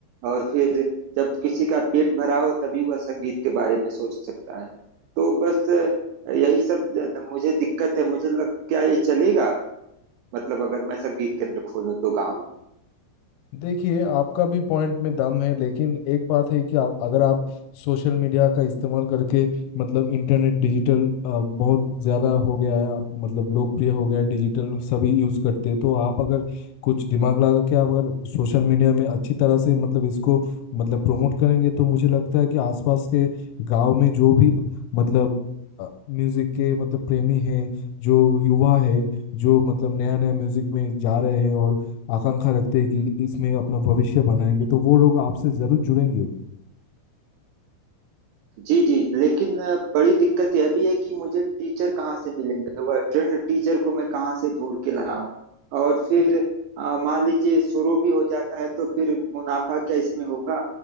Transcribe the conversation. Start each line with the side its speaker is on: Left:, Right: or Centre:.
Right: और फिर जब किसी का पेट भरा हो तभी वह संगीत के बारे में सोच सकता है तो बस अ, यही सब मुझे दिक्कत है मुझे लग क्या ये चलेगा मतलब अगर मैं संगीत केंद्र खोलूं तो गाँव में
Left: देखिए आपका भी पॉइंट में दम है लेकिन एक बात है कि आप अगर आप सोशल मीडिया का इस्तेमाल करके मतलब इंटरनेट डिजिटल बहुत ज़्यादा हो गया है आप मतलब लोकप्रिय हो गया है डिजिटल सभी यूज़ करते हैं तो आप अगर कुछ दिमाग लगा के आप अगर सोशल मीडिया में अच्छी तरह से मतलब इसको मतलब प्रमोट करेंगे तो मुझे लगता है कि आसपास के गांव में जो भी मतलब म्यूज़िक के मतलब प्रेमी हैं जो युवा है जो मतलब नया नया म्यूज़िक में जा रहे हैं और आकांक्षा रखते हैं कि इसमें अपना भविष्य बनाएंगे तो वो लोग आपसे जरूर जुड़ेंगे
Right: जी, जी, लेकिन बड़ी दिक्कत यह भी है कि मुझे टीचर कहाँ से मिलेंगे? वह ट्रेंड टीचर को मैं कहाँ से ढूंढ के लाऊं? और फिर अ, मान लीजिए शुरू भी हो जाता है तो फिर मुनाफा क्या इसमें होगा?